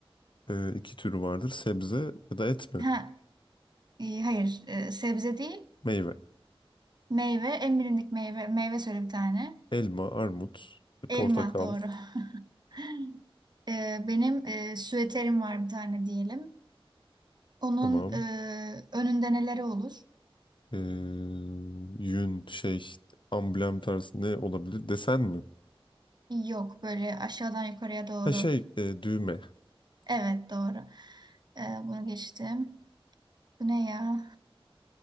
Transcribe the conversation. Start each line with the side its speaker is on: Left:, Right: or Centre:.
Left: Ee, iki türü vardır. Sebze ya da et mi?
Right: Ha, e, hayır, e, sebze değil.
Left: Meyve.
Right: Meyve, en bilindik meyve. Meyve söyle bir tane.
Left: Elma, armut, e, portakal.
Right: Elma doğru. <laughs> Ee, benim e, süeterim var bir tane diyelim. Onun
Left: Tamam.
Right: e, önünde neleri olur?
Left: Ee, yün şey amblem tarzı ne olabilir? Desen mi?
Right: Yok böyle aşağıdan yukarıya doğru.
Left: Ha şey e, düğme.
Right: Evet doğru. Ee, bunu geçtim. Bu ne ya?